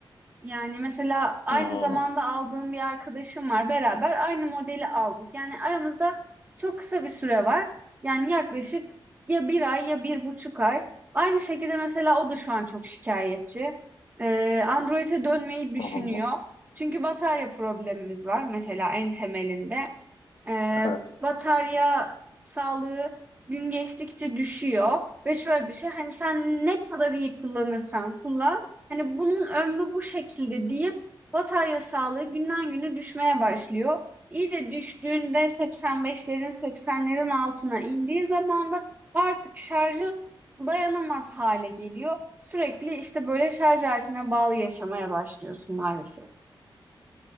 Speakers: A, on the right; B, on the left.
A: yani mesela aynı
B: Hı hı,
A: zamanda aldığım bir arkadaşım var beraber aynı modeli aldık. Yani aramızda çok kısa bir süre var yani yaklaşık ya bir ay ya bir buçuk ay. Aynı şekilde mesela o da şu an çok şikayetçi. Ee, Android'e dönmeyi düşünüyor.
B: hı hı.
A: Çünkü batarya problemimiz var mesela en temelinde. Ee,
B: Evet.
A: batarya sağlığı gün geçtikçe düşüyor ve şöyle bir şey hani sen ne kadar iyi kullanırsan kullan hani bunun ömrü bu şekilde deyip batarya sağlığı günden güne düşmeye başlıyor. İyice düştüğünde 85'lerin 80'lerin altına indiği zaman da artık şarjı dayanamaz hale geliyor. Sürekli işte böyle şarj aletine bağlı yaşamaya başlıyorsun maalesef.